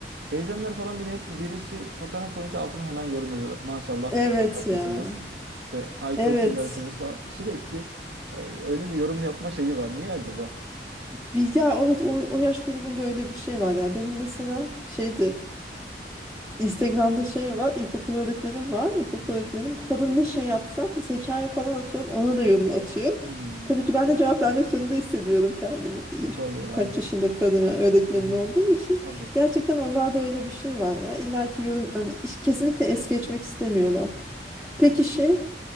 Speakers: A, on the right; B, in the centre.
A: teyzemler falan bir de hep birisi fotoğraf koyunca altına hemen yorum yazıyorlar. Maşallah
B: Evet
A: ne kadar tatlısınız.
B: ya.
A: İşte ay
B: Evet.
A: çok güzelsiniz falan. Sürekli e, öyle bir yorum yapma şeyi var. Niye acaba?
B: Bir- Ya evet o, o yaş grubunda öyle bir şey var ya. Benim mesela şeydi Instagram'da şey var, ilkokul öğretmenim var. İlkokul
A: Hı hı.
B: öğretmenim kadın ne şey yapsam, mesela hikaye falan atıyorum, ona da yorum atıyor.
A: Hmm.
B: Tabii ki ben de cevap vermek zorunda hissediyorum kendimi. İyi,
A: E, tabii yani.
B: Kaç yaşında kadın yani öğretmenin
A: Hı hı,
B: olduğu için.
A: tabii.
B: Gerçekten onlarda öyle bir şey var ya. İlla ki yorum, yani iş- kesinlikle es geçmek istemiyorlar. Peki şey,